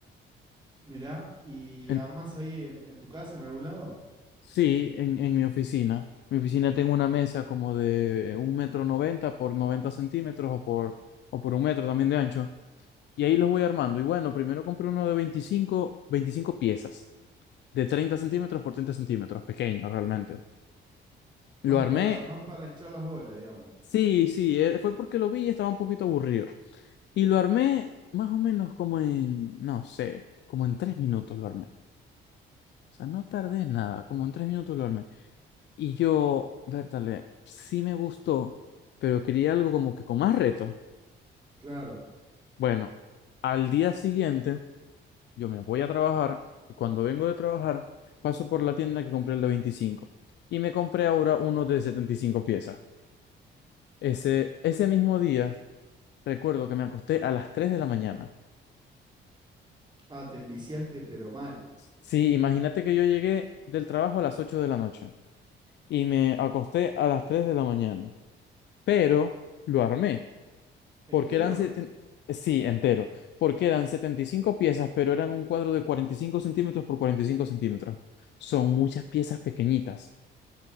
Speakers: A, on the right; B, on the left.
A: Mirá, ¿y
B: En-
A: armás ahí en, en tu casa en algún lado?
B: sí, en, en mi oficina. Mi oficina tengo una mesa como de un metro noventa por 90 centímetros o por, o por un metro también de ancho. Y ahí los voy armando. Y bueno, primero compré uno de veinticinco veinticinco piezas, de 30 centímetros por 30 centímetros, pequeño realmente.
A: Más
B: Lo armé,
A: para, más para hinchar las bolas, digamos.
B: sí, sí, eh, fue porque lo vi y estaba un poquito aburrido. Y lo armé más o menos como en, no sé, como en tres minutos lo armé. O sea, no tardé nada, como en tres minutos lo armé. Y yo, Bertale, sí me gustó, pero quería algo como que con más reto.
A: Claro.
B: Bueno, al día siguiente Yo me voy a trabajar y cuando vengo de trabajar paso por la tienda que compré el de 25 y me compré ahora uno de 75 piezas. Ese, ese mismo día recuerdo que me acosté a las 3 de la mañana.
A: Ah, te enviciaste, pero mal.
B: Sí, imagínate que yo llegué del trabajo a las 8 de la noche y me acosté a las 3 de la mañana, pero lo armé
A: ¿Entero?
B: porque eran seten- Sí, entero, porque eran 75 piezas, pero eran un cuadro de 45 centímetros por 45 centímetros. Son muchas piezas pequeñitas.